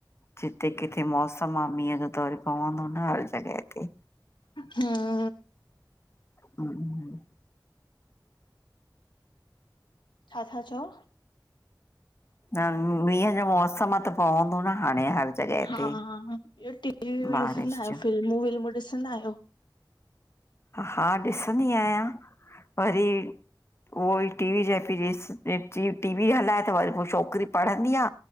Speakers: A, on the left; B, on the left.
A: जिते किथे मौसमु आ मींहं जो त वरी पवंदो न हर जॻह ते
B: हमम
A: हमम
B: छा था चओ?
A: न मींहं जो मौसम त पवंदो न हाणे हर जॻह
B: हा
A: ते
B: हा, ॿियो टी वी वी
A: बारिश
B: ॾिसंदा आहियो?
A: जो
B: फिल्मूं विल्मूं ॾिसंदा आहियो?
A: हा ॾिसंदी आहियां वरी उहो ई टीवी चए पई टी वी हलाए त वरी पो छोकिरी पढ़ंदी आ